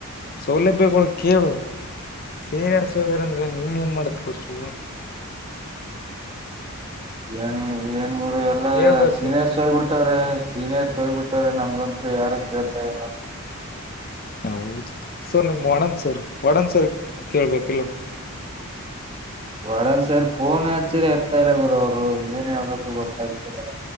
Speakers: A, on the left (about 40°); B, on the right (about 25°).
A: ಸೌಲಭ್ಯಗಳು ಕೇಳು ಸೀನಿಯರ್ ಹೋಗೋರಂದ್ರೆ ಅಂದ್ರೆ ನೀನ್ ಏನ್ ಮಾಡ್ಯಾತಿರ್ ಸ್ಟೂಡೆಂಟ್
B: ಏನ್ ಏನ್ ಗುರು ಎಲ್ಲಾ
A: ಕೇಳ್ಬೇಕು
B: ಸೀನಿಯರ್ಸ್ ಹೋಗ್ಬಿಟ್ಟ್ರ ಸೀನಿಯರ್ಸ್ ಬಿಟ್ಟ್ರ ನಮ್ಗಂತ್ ಯಾರು ಕೇಳ್ತಾ ಇಲ್ಲಾ
A: ನಾವು ಹುಚ್ಚ ಸರ್ ನಿಮ್ ವಾರ್ಡನ್ ಸರ್ ವಾರ್ಡನ್ ಸರ್ ಕೇಳ್ಬೇಕಿಲೊ
B: ವಾರ್ಡನ್ ಸರ್ ಫೋನ್ ಹಚ್ಚರಿ ಏತ್ತ ಇಲ್ಲಾ ಗುರು ಅವ್ರು ಏನ್ ಹೇಳ್ಬೇಕು ಗೊತ್ತಾಗ್ತಿಲ್ಲ